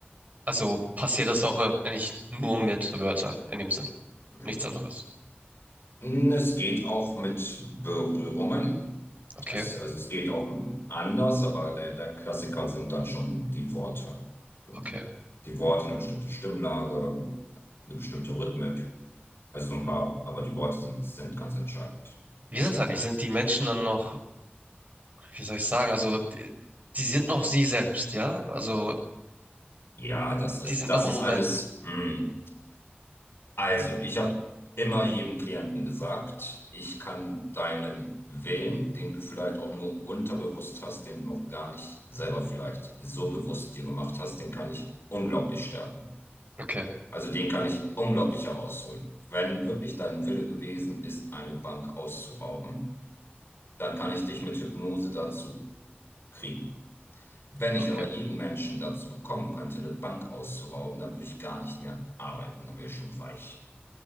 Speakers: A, on the right; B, on the left.
A: Also passiert das auch äh, eigentlich nur mit Wörtern in dem Sinne.
B: <clears throat>
A: Nichts anderes.
B: Mm, Es geht auch mit Berührungen.
A: Okay.
B: Es, also es geht auch anders, aber der, der Klassiker sind dann schon die Worte. Genau.
A: Okay.
B: Die Worte, eine bestimmte Stimmlage, eine bestimmte Rhythmik. Also so ein paar, aber die Worte sind, sind ganz entscheidend.
A: Wie
B: Ja,
A: ist das eigentlich? Sind die Menschen dann noch, wie soll ich sagen? Also die, die sind noch sie selbst, ja? Also
B: ja das ist,
A: die sind
B: das
A: noch im
B: ist
A: Moment.
B: alles. mm. Also, ich habe immer jedem Klienten gesagt, ich kann deinen Willen, den du vielleicht auch nur unterbewusst hast, den du noch gar nicht selber vielleicht so bewusst dir gemacht hast, den kann ich unglaublich stärken.
A: Okay.
B: Also den kann ich unglaublich herausholen. Wenn wirklich dein Wille gewesen ist, eine Bank auszurauben, dann kann ich dich mit Hypnose dazu kriegen. Wenn ich
A: Okay.
B: aber jeden Menschen dazu bekommen könnte, eine Bank auszurauben, dann würde ich gar nicht mehr arbeiten, dann wäre ich schon reich.